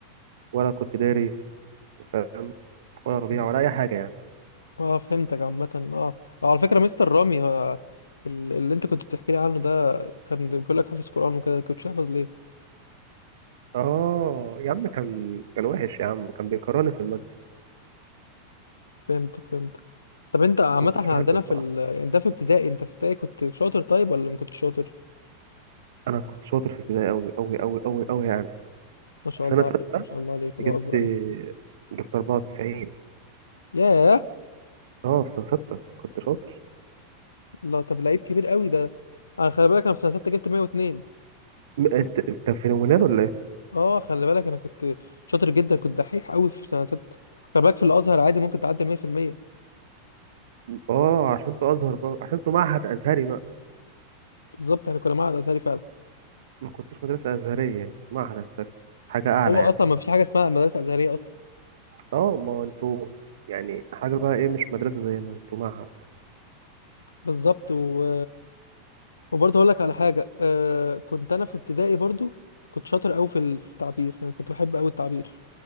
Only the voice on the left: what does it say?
مهم.
اه فهمتك عامة اه آه، على فكرة مستر رامي آه، ال- اللي انت كنت بتحكي لي عنه ده كان بيقول لك حافظ قرآن وكده كنت تحفظ ليه
فهمتك فهمتك طب انت عامة
احنا
عندنا
في ال... يعني ده في ابتدائي انت في ابتدائي كنت شاطر طيب ولا ما كنتش شاطر
ما شاء
الله
عليك ما شاء الله عليك الله
اكبر عليك
ياه
لا طب لعيب كبير قوي ده انا خلي بالك انا في سنة 6 جبت 102
اه خلي بالك انا كنت شاطر جدا كنت دحيح قوي في سنه سته خلي بالك في الازهر عادي ممكن تعدي 100%
بالظبط احنا كنا معهد ازهري فعلا
هو
اصلا ما فيش حاجه اسمها مدرسه ازهريه اصلا
بالظبط و... وبرضه هقول لك على حاجه آه كنت انا في ابتدائي برضه كنت شاطر قوي في ال- في التعبير يعني كنت بحب قوي التعبير